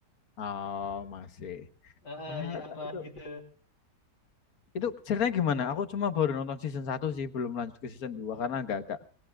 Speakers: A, on the left (about 60°); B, on the left (about 80°).
A: Oh masih.
B: Heeh,
A: Ya
B: jadi aman
A: ta- itu
B: gitu.
A: itu ceritanya gimana? Aku cuma baru nonton season satu sih, belum lanjut ke season 2 karena agak agak